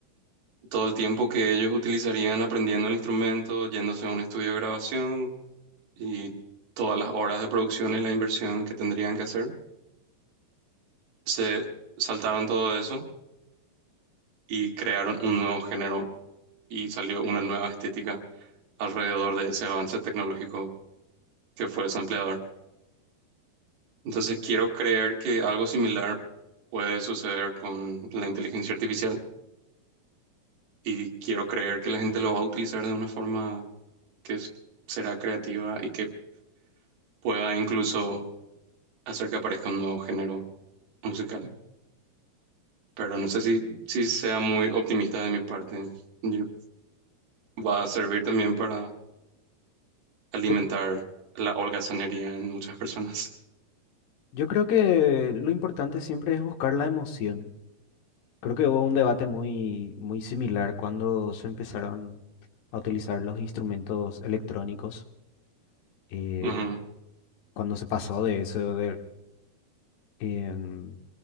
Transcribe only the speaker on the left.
Yo,
yo creo que lo importante siempre es buscar la emoción. Creo que hubo un debate muy, muy similar cuando se empezaron a utilizar los instrumentos electrónicos, eh,
cuando se pasó de eso em,